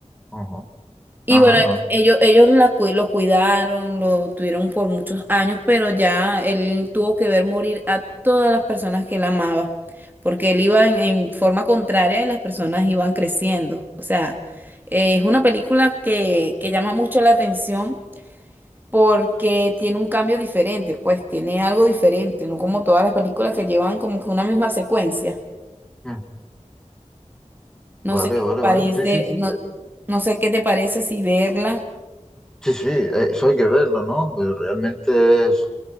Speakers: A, in the centre; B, on the right.
A: Ajá,
B: Y
A: ajá,
B: bueno,
A: ajá.
B: ellos, ellos la, cui- lo cuidaron, lo tuvieron por muchos años, pero ya él tuvo que ver morir a todas las personas que él amaba, porque él iba en, en forma contraria y las personas iban creciendo. O sea, eh, es una película que, que llama mucho la atención porque tiene un cambio diferente, pues tiene algo diferente, no como todas las películas que llevan como que una misma secuencia.
A: Ujú.
B: No
A: Vale,
B: sé qué
A: vale,
B: te parece,
A: vale. Sí, sí, sí.
B: no, no sé qué te parece si verla.
A: Sí, sí, eh, eso hay que verlo, ¿no? Pero Realmente es,